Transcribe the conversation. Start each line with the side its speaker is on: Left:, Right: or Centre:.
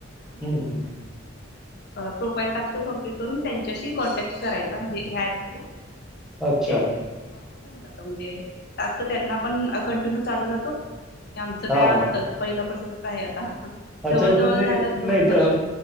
Left: आणि
Centre: हं, हं.
Left: अ प्रोफाईल टास्क कंप्लीट करून त्यांच्याशी कॉन्टॅक्ट करायचा म्हणजे ह्या ऍप थ्रू.
Centre: अच्छा.
Left: ते मग होऊन जात. म्हणजे टास्क त्यांना पण कंटिन्यू चालू राहतो. आणि आमचं
Centre: हां,
Left: काय असतच
Centre: हां.
Left: पहिला पसूनच आहे. आता जवळ
Centre: अच्छा नाही.
Left: जवळ झालं दोन
Centre: नाही
Left: वर्ष
Centre: तर